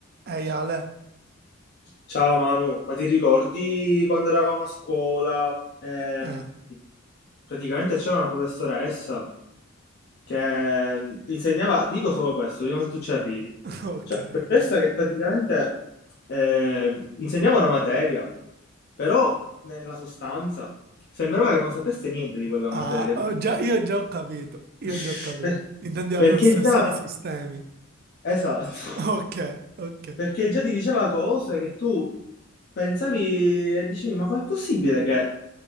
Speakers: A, on the right; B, on the left.
A: Ehi Ale?
B: Ciao Manu, ma ti ricordi quando eravamo a scuola? Ehm,
A: Eh,
B: praticamente c'era una professoressa che ehm, insegnava, dico solo questo, vediamo se tu ci arrivi.
A: <laughs> ok,
B: C'era una
A: ok.
B: professoressa che praticamente ehm, insegnava una materia, però nella sostanza sembrava che non sapesse niente di quella materia.
A: Ah, ho già- io già ho capito, io
B: <laughs>
A: già ho capito.
B: Per-
A: Intendi la
B: Perché
A: professoressa
B: già,
A: di sistemi. <laughs>
B: esatto,
A: Ok, ok.
B: Perché già ti diceva cose che tu pensavi e dicevi, ma com'è possibile che,